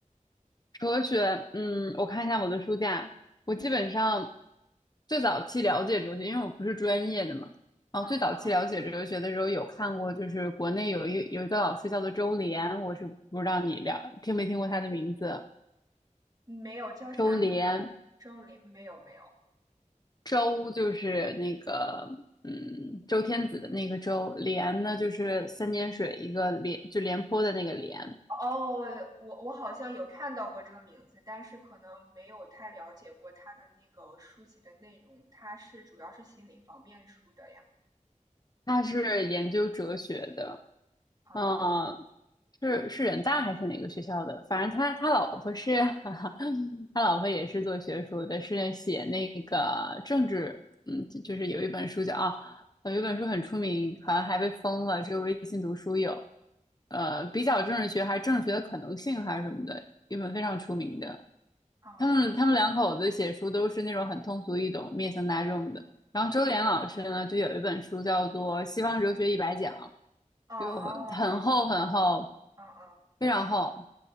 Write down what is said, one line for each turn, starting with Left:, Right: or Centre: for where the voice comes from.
Left: 哲学，嗯，我看一下我的书架，我基本上最早期了解哲学，因为我不是专业的嘛，然后最早期了解哲学的时候有看过，
Right: 啊，
Left: 就是国内有一有一个老师叫做周濂，我是不知道你了听没听过他的名字，
Right: 没有，叫啥名字来着？
Left: 周濂，
Right: 周濂？没有，没有。
Left: 周就是那个嗯周天子的那个周，濂呢就是三点水一个廉，就廉颇的那个廉，
Right: 哦，我我好像有看到过这个名字，但是可能没有太了解过他的那个书籍的内容。他是主要是心理方面出的呀。
Left: 他是研究哲学的，
Right: 啊
Left: 嗯，是是人大还是哪个学校的？反正他他老婆是，<laughs> 他老婆也是做学术的，是写那个政治，嗯，就就是有一本书叫啊，有一本书很出名，好像还被封了，只有微信读书有，呃，比较政治学还是政治学的可能性还是什么的，一本非常出名的。
Right: 啊
Left: 他们他们两口子写书都是那种很通俗易懂、面向大众的。然后周濂老师呢，就有一本书叫做《西方哲学一百讲》。
Right: 啊！
Left: 就很厚很厚，
Right: 是啊啊
Left: 非常厚。